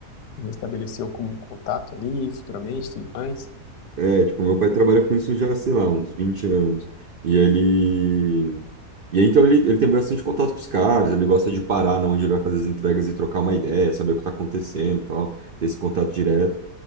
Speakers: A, on the left (about 85°); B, on the right (about 75°).
A: restabelecer algum contato ali, futuramente, tudo mais.
B: é, tipo, meu pai trabalha com isso já, sei lá, uns 20 anos. E ele. E aí, então, ele, ele tem bastante contato com os caras, ele gosta de parar na onde ele vai fazer as entregas e trocar uma ideia, saber o que tá acontecendo e tal, ter esse contato direto.